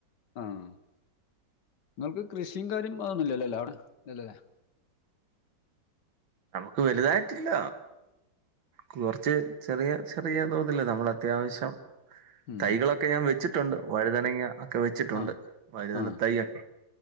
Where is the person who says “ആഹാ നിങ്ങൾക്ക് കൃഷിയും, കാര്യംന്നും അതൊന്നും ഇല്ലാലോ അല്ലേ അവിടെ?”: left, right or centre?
Left